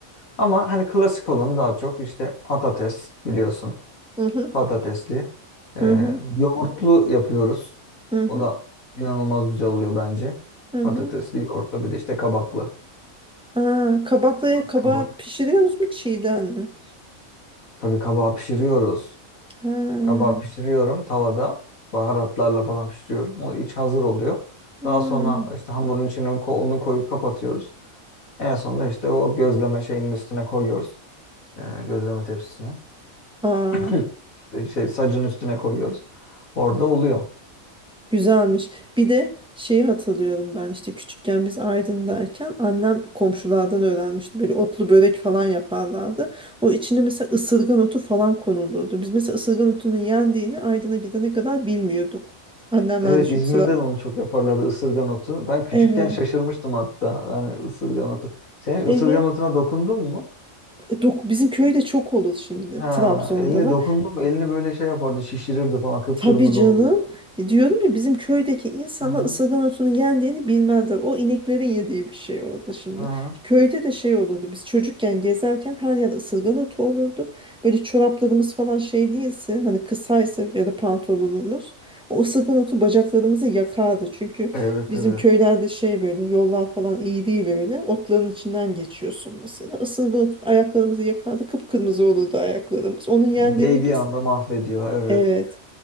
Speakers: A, on the left; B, in the centre.
A: Ama hani klasik olanı daha çok işte patates biliyorsun.
B: Hı hı.
A: Patatesli. Ee,
B: Hı hı.
A: yoğurtlu yapıyoruz.
B: Hı hı.
A: O da inanılmaz güzel oluyor bence.
B: Hı
A: Patatesli,
B: hı.
A: yoğurtlu bir de işte kabaklı.
B: Aa, kabaklıya kabağı
A: Kabak.
B: pişiriyorsunuz mu çiğden mi?
A: Tabii kabağı pişiriyoruz.
B: Ha.
A: Kabağı pişiriyorum tavada. Baharatlarla falan pişiriyorum. O iç hazır oluyor.
B: Hmm.
A: Daha sonra işte hamurun içine ko- onu koyup kapatıyoruz. En sonunda işte o gözleme şeyinin üstüne koyuyoruz. Ee, gözleme tepsisine.
B: Aa.
A: <clears throat> Şey, sacın üstüne koyuyoruz. Orada oluyor.
B: Güzelmiş. Bir de şeyi hatırlıyorum ben işte küçükken biz Aydın'dayken annem komşulardan öğrenmişti. Böyle otlu börek falan yaparlardı. O içine mesela ısırgan otu falan konulurdu. Biz mesela ısırgan otunun yendiğini Aydın'a gidene kadar bilmiyorduk. Annemler
A: Evet
B: düşün
A: İzmir'de
B: sıra.
A: de onu çok yaparlardı ısırgan otu. Ben küçükken
B: Evet.
A: şaşırmıştım hatta. Yani ısırgan otu. Sen hiç
B: Evet.
A: ısırgan otuna dokundun mu?
B: E, dok- Bizim köyde çok olur şimdi.
A: Ha,
B: Trabzon'da
A: elini
B: var.
A: dokundum elini böyle şey yapardı şişirirdi falan kıpkırmızı
B: Tabii canım.
A: olurdu.
B: E, Diyorum ya bizim köydeki insanlar
A: Hı hı.
B: ısırgan otunun yendiğini bilmezler. O ineklerin yediği bir şey orada şimdi.
A: Hı hı.
B: Köyde de şey olurdu. Biz çocukken gezerken her yer ısırgan otu olurdu. Böyle çoraplarımız falan şey değilse hani kısaysa ya da pantolonumuz o ısırgan otu bacaklarımızı yakardı. Çünkü
A: Evet
B: bizim
A: evet.
B: köylerde şey böyle yollar falan iyi değil öyle. Otların içinden geçiyorsun mesela. Isırgan otu ayaklarımızı yakardı. Kıpkırmızı olurdu ayaklarımız. Onun yendiğini
A: Değdiği
B: biz
A: anda mahvediyor. Evet.
B: Evet.